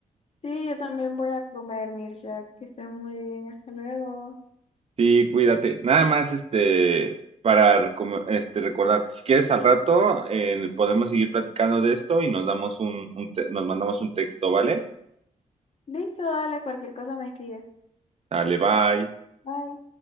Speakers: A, on the left; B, on the right.
A: Sí, yo también voy a comer, Mircea. Que estés muy bien. Hasta luego.
B: Sí, cuídate. Nada más, este, para recom- este, recordarte, si quieres al rato, eh, podemos seguir platicando de esto y nos damos un, un te- nos mandamos un texto, ¿vale?
A: Listo, dale, cualquier cosa me escribes.
B: Dale, bye.
A: Bye.